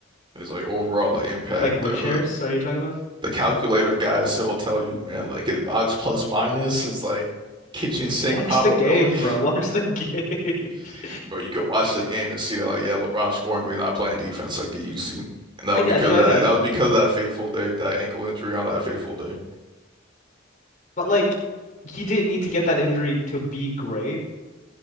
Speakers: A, on the right; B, on the left.
A: his like overall like impact,
B: Like win
A: the the,
B: shares, are you talking about?
A: the calculator guys so will tell you, man, like his box plus minus is like kitchen sink
B: Watch
A: probability.
B: the games, bro. Watch the games.
A: <laughs> Bro, you could watch the game and see that like yeah, LeBron's scoring, but he's not playing defense like he used to. And
B: <laughs>
A: that
B: I
A: was
B: got
A: because
B: you.
A: of
B: I
A: that
B: got
A: that
B: you.
A: was because of that fateful day, that ankle injury on that fateful day.
B: But like he didn't need to get that injury to be great.